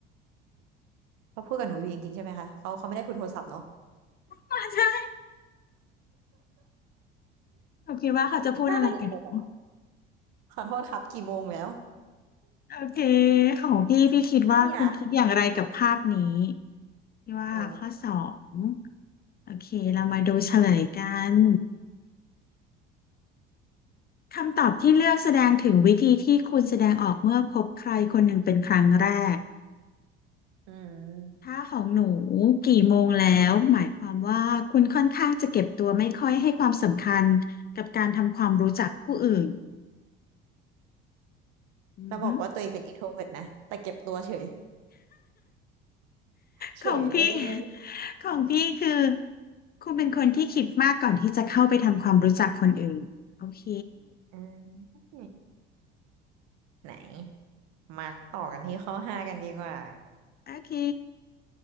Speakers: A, on the right; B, on the left.
A: เขาพูดกับหนูอยู่จริงๆใช่ไหมคะเขาเขาไม่ได้คุยโทรศัพท์เนาะ
B: มาใช่เราคิดว่าเขาจะพูดอะไรกันหนู
A: ถ้าเป็นหนูอะขอโทษครับกี่โมงแล้ว
B: โอเคของพี่พี่คิดว่าคุณคิดอย่างไรกับภาพนี้
A: เนี่ย
B: พี่ว่าข้อสอง
A: อ๋อ
B: โอเคเรามาดูเฉลยกันคำตอบที่เลือกแสดงถึงวิธีที่คุณแสดงออกเมื่อพบใครคนหนึ่งเป็นครั้งแรก
A: อืม
B: ถ้าของหนูกี่โมงแล้วหมายความว่าคุณค่อนข้างจะเก็บตัวไม่ค่อยให้ความสำคัญกับการทำความรู้จักผู้อื่นอือฮึ
A: แล้วบอกว่าตัวเองเป็น introvert นะแต่เก็บตัวเฉยเฉยเลย
B: ของพี่ <laughs> ของพี่คือคุณเป็นคนที่คิดมากก่อนที่จะเข้าไปทำความรู้จักคนอื่นโอเค
A: อืมไหนมาต่อกันที่ข้อห้ากันดีกว่า
B: โอเค